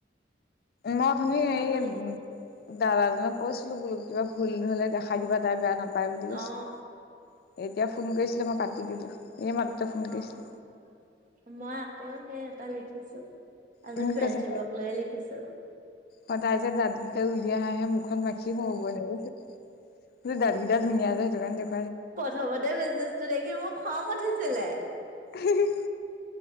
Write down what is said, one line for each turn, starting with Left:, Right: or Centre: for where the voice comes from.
Left: মই অথনি হেৰি
Right: চাব লাগিব
Left: দাদাজনক কৈছিলো বোলো, কিবা ভুলহলে দেখাই দিবা, তাই বেয়া নাপায় বুলি কৈছিলো।
Right: অ
Left: এতিয়া ফোন কৰিছিলে, মই কাটি দিলো। এই মাত্ৰ ফোন কৰিছিলে
Right: অ' মই আকৌ সেই এটা লিখিছো। আজি
Left: <unintelligible>
Right: ফ্ৰেণ্ডশ্বিপক লৈয়ে লিখিছো
Left: অ' তাই যে দাঁতকেইটা ওল- যেতিয়া হাহে মুখখন মাখি সোমাব এনেকে, কিন্ত দাঁত কেইটা ধুনীয়া যে হেতুকাৰণে দেখ
Right: প্ৰথমতে মেছেজটো দেখি মো খং উঠিছিলে।
Left: হি -হি।